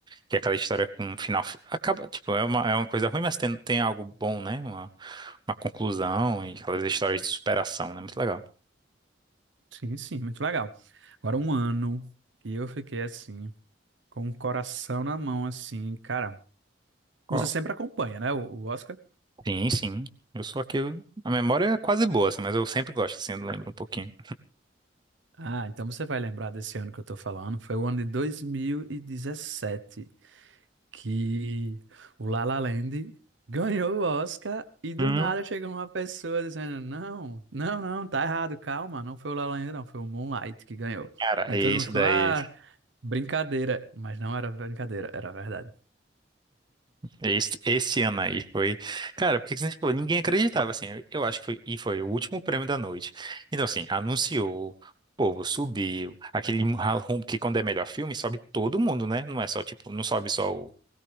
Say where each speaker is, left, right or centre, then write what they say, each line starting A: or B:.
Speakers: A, on the right (about 25°); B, on the right (about 80°).
A: Que é aquela história com um final. Acaba, tipo, é uma, é uma coisa ruim, mas tem, tem algo bom, né? Uma, uma conclusão e aquelas histórias de superação, né? Muito legal.
B: Sim, sim, muito legal. Agora um ano que eu fiquei assim. Com o coração na mão, assim, cara.
A: Qual?
B: Você sempre acompanha, né, o, o Oscar?
A: Sim, sim. Eu sou aquele A memória é quase boa, assim, mas eu sempre gosto, assim, eu lembro um pouquinho.
B: Ah, então você vai lembrar desse ano que eu tô falando. Foi o ano de 2017 que o La La Land ganhou o Oscar e do
A: Hum.
B: nada chegou uma pessoa dizendo: Não, não, não, tá errado, calma, não foi o La La Land, não, foi o Moonlight que ganhou.
A: Cara,
B: Aí
A: esse
B: todo mundo ficou:
A: daí,
B: Ah, brincadeira. Mas não era brincadeira, era verdade.
A: esse, esse ano aí foi. Cara, porque que você falou? Ninguém acreditava, assim. Eu acho que foi, e foi o último prêmio da noite. Então, assim, anunciou, o povo subiu. Aquele <laughs> ralrum, que quando é melhor filme, sobe todo mundo, né? Não é só, tipo, não sobe só o